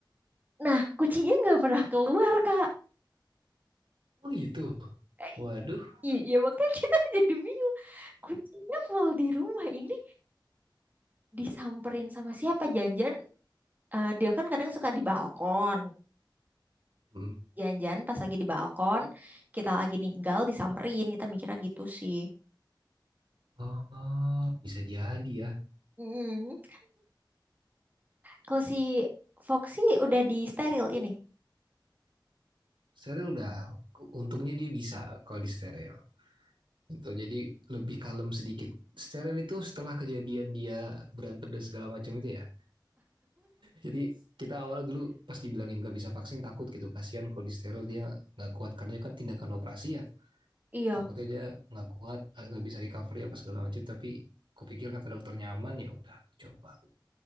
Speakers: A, on the right; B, on the right.
A: Nah, kucingnya nggak pernah keluar, Kak.
B: Oh gitu.
A: Eh,
B: Waduh.
A: Iya, iya, makanya kita <laughs> jadi bingung. Kucingnya full di rumah ini disamperin sama siapa? janjian eh, dia kan kadang suka di balkon.
B: Hmm.
A: Jangan-jangan pas lagi di balkon, kita lagi ninggal, disamperin, kita mikirnya gitu sih.
B: Oh, bisa jadi ya.
A: Mm. Kalau si Foxy udah di steril ini.
B: Steril udah. Untungnya dia bisa kalau di steril. Itu jadi lebih kalem sedikit. Steril itu setelah kejadian dia berantem dan segala macam itu ya. Jadi kita awal dulu pas dibilangin gak bisa vaksin takut gitu. Kasihan kalau di steril dia nggak kuat karena kan tindakan operasi ya.
A: Iya,
B: Takutnya dia nggak kuat, eh, nggak bisa recovery apa segala macam. Tapi kupikir kata dokter nyaman ya udah coba